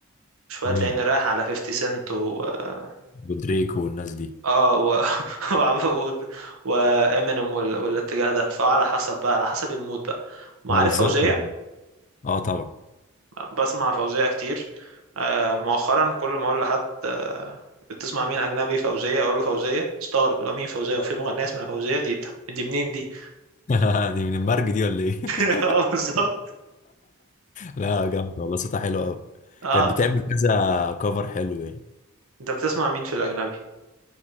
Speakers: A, on the right; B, on the left.
A: شويه
B: امم
A: تلاقيني رايح على 50 سنت و اه
B: ودريكو والناس دي
A: آه، و <laughs> و وامينيم وال... والاتجاه ده فعلى حسب بقى على حسب المود بقى معارف
B: ما بالظبط
A: فوزيه
B: اه طبعا
A: بسمع فوزية كتير آه، مؤخرا كل ما اقول لحد آه، بتسمع مين اجنبي فوزية اقول له فوزية استغرب يبقى مين فوزية وفي مغنية اسمها فوزية دي طب دي منين دي
B: <laughs> دي من المرج دي ولا ايه <laughs>
A: <laughs> اه بالظبط
B: لا جامد والله صوتها حلو قوي
A: اه
B: كانت بتعمل
A: طب
B: كذا كفر حلو يعني
A: انت بتسمع مين في الاجنبي